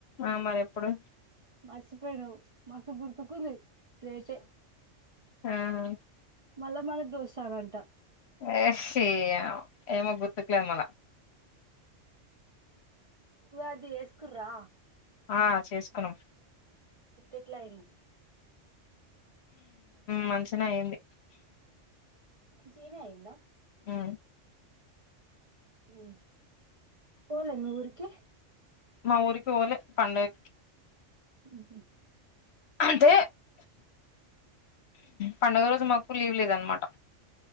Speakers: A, on the left (about 65°); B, on the right (about 40°).
A: ఆ మరి ఎప్పుడు
B: మర్చిపోయినవ్ మస్తు గుర్తుకుంది గ్రేటే
A: ఆహా
B: మల్ల మల్ల దోస్తానంట
A: ఏ షి ఏమో ఏమో గుర్తుకులేదు మళ
B: నువ్వది ఎసుకోరా
A: ఆ చేసుకున్నాం
B: ఎట్ల ఎట్లయింది.
A: మంచినే అయింది.
B: మంచిగనే అయ్యిందా
A: ఉ
B: ఊ పోలే మీ ఊరికి
A: మా ఊరికి పోలే పండగ్కి
B: ఊహు
A: అంటే పండుగ రోజు మాకు లీవ్ లేదనమాట.